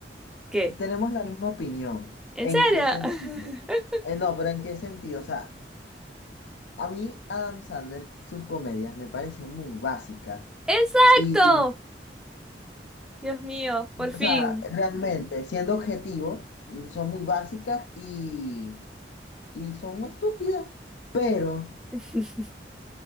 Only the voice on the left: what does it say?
tenemos la misma opinión.
¿En
qué sentido?
Eh, no, pero ¿en qué sentido? O sea, a mí Adam Sandler, sus comedias me parecen muy básicas.
Y,
o
sea, realmente, siendo objetivo, mm, son muy básicas y, y son muy estúpidas. Pero